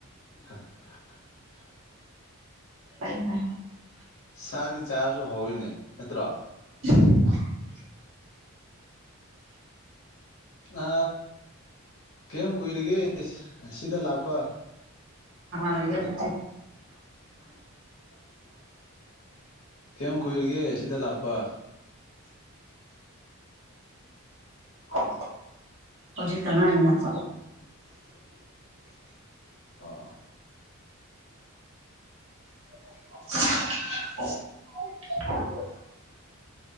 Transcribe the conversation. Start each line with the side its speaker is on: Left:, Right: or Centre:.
Left: ꯍꯥ <inaudible>
Right: ꯥꯏ ꯐꯥꯏ
Left: ꯁꯥꯗꯤ ꯆꯥꯁꯨ ꯍꯣꯏꯅꯦ ꯅꯠꯇ꯭ꯔꯣ
Right: <inaudible>
Left: ꯑ ꯀꯔꯤꯝ ꯀꯨꯏꯔꯤꯒꯦ ꯑꯁꯤꯗ ꯂꯥꯛꯄ
Right: ꯂꯩꯒ <inaudible>
Left: ꯀꯩꯝ ꯀꯨꯏꯔꯒꯦ ꯁꯤꯗ ꯂꯥꯛꯄ
Right: ꯎꯝ ꯍꯧꯖꯤꯛ ꯇꯃꯦ ꯂꯥꯛ
Left: ꯑ
Right: <unintelligible>